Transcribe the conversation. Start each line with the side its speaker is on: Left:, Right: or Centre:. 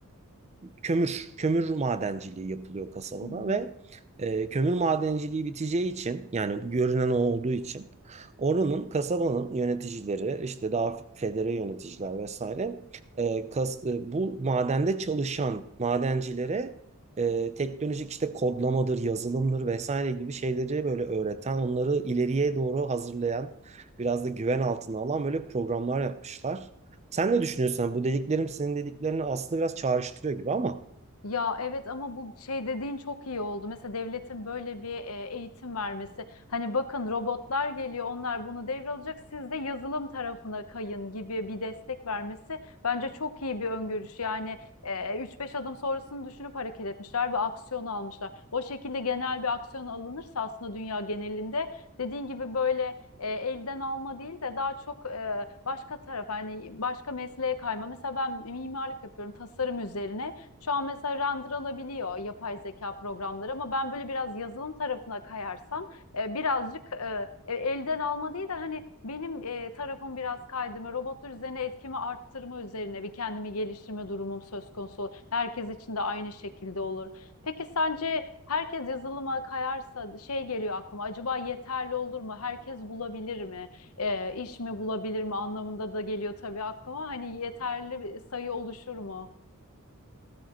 Right: kömür kömür madenciliği yapılıyor kasabada
Left: Hı hı.
Right: ve e, kömür madenciliği biteceği için yani görünen o olduğu için oranın kasabanın yöneticileri işte daha federe yöneticiler vesaire e, kas- e, bu madende çalışan madencilere e, teknolojik işte kodlamadır, yazılımdır vesaire gibi şeyleri böyle öğreten, onları ileriye doğru hazırlayan, biraz da güven altına alan böyle programlar yapmışlar. Sen ne düşünüyorsun? Yani Bu dediklerim senin dediklerini aslında biraz çağrıştırıyor gibi ama.
Left: Ya evet ama bu şey dediğin çok iyi oldu. Mesela devletin böyle bir e, eğitim vermesi. Hani bakın robotlar geliyor, onlar bunu devralacak. Siz de yazılım tarafına kayın gibi bir destek vermesi bence çok iyi bir öngörüş. Yani e, 3-5 adım sonrasını düşünüp hareket etmişler ve aksiyon almışlar. O şekilde genel bir aksiyon alınırsa aslında dünya genelinde dediğin gibi böyle e, elden alma değil de daha çok e, başka taraf hani başka mesleğe kayma. Mesela ben mimarlık yapıyorum, tasarım üzerine. Şu an mesela render alabiliyor yapay zeka programları ama ben böyle biraz yazılım tarafına kayarsam e, birazcık e, e, elden alma değil de hani benim e, tarafım biraz kaydırma, robotlar üzerine etkimi arttırma üzerine bir kendimi geliştirme durumum söz konusu olur. Herkes için de aynı şekilde olur. Peki sence herkes yazılıma kayarsa şey geliyor aklıma acaba yeterli olur mu? Herkes bulabilir mi? E, iş mi bulabilir mi anlamında da geliyor tabii aklıma. Hani yeterli bir sayı oluşur mu?